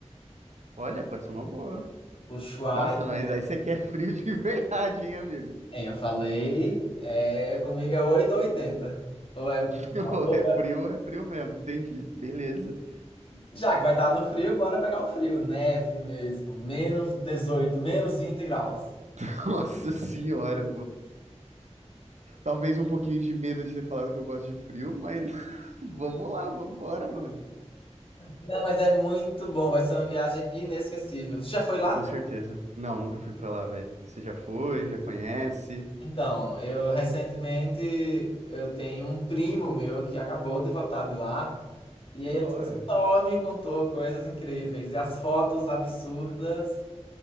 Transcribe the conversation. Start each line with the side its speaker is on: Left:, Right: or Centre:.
Right: olha, pode ser uma boa.
Left: Ushuaia.
Right: Nossa, mas aí você quer frio de <laughs> verdade, hein, amigo?
Left: É, eu falei, é, comigo é 8 ou 80. Ou é muito
Right: <laughs>
Left: calor,
Right: Ou é frio, ou é frio mesmo, entendi. Beleza.
Left: Já que vai estar no frio, bora pegar o frio. Neve mesmo. Menos 18, menos 20 graus.
Right: <laughs> Nossa senhora, Talvez um pouquinho de medo de ter falado que eu gosto de frio, mas <laughs> vamos lá, vamos embora, mano.
Left: Não, mas é muito bom. Vai ser uma viagem inesquecível. Você já foi lá?
Right: Com certeza. Não, nunca fui pra lá, velho. Você já foi, já conhece.
Left: Então, eu recentemente eu tenho um primo meu que acabou de voltar de lá. E
Right: Que
Left: ele
Right: da hora.
Left: só me contou coisas incríveis. E as fotos absurdas.